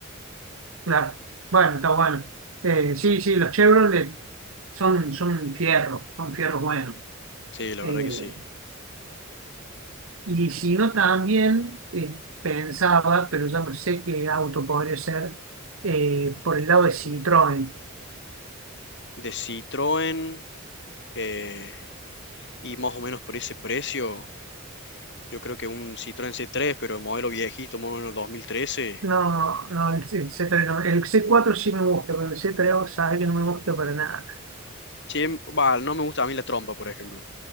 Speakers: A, on the right (about 80°); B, on the left (about 60°).
A: claro. Bueno, está bueno. Eh, sí, sí, los Chevrolet son, son fierros, son fierros buenos.
B: Sí, la
A: Eh,
B: verdad que sí.
A: y si no, también eh, pensaba, pero ya no sé qué auto podría ser, eh, por el lado de Citroën.
B: De Citroën, eh, y más o menos por ese precio. Yo creo que un Citroën c tres pero el modelo viejito, modelo dos mil trece
A: No, no, el c tres no. El c cuatro sí me gusta, pero el C3 sabe que no me gusta para nada.
B: Sí, em- va, no me gusta a mí la trompa, por ejemplo.